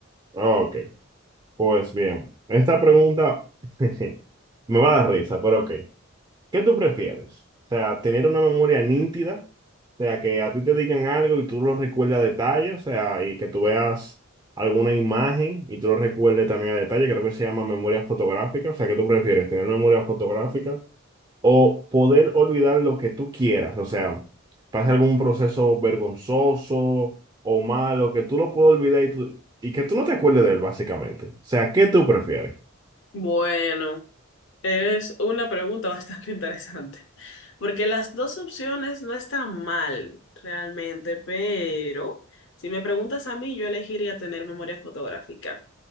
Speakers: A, on the right; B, on the left.
A: Ok, pues bien, esta pregunta <laughs> me va a dar risa, pero ok. ¿Qué tú prefieres? O sea, tener una memoria nítida, o sea, que a ti te digan algo y tú lo recuerdes a detalle, o sea, y que tú veas alguna imagen y tú lo recuerdes también a detalle, creo que se llama memoria fotográfica, o sea, ¿qué tú prefieres? ¿Tener memoria fotográfica o poder olvidar lo que tú quieras? O sea, pasa algún proceso vergonzoso o malo, que tú lo puedas olvidar y, tú- y que tú no te acuerdes de él, básicamente. O sea, ¿qué tú prefieres?
B: Bueno. Es una pregunta bastante <laughs> interesante, porque las dos opciones no están mal realmente, pero si me preguntas a mí, yo elegiría tener memoria fotográfica,